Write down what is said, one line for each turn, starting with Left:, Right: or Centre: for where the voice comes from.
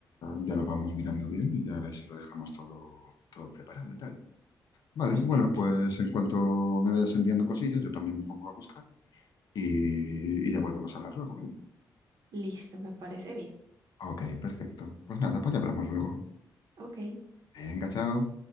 Left: ya lo vamos mirando bien y ya a ver si lo dejamos todo, todo preparado y tal. Vale,
Right: Perfecto.
Left: bueno, pues en cuanto me vayas enviando cosillas, yo también me pongo a buscar. y, y ya volvemos a hablar luego, ¿vale?
Right: Listo, me parece bien.
Left: Ok, perfecto. Pues nada, pues ya hablamos luego.
Right: Ok.
Left: Venga, chao.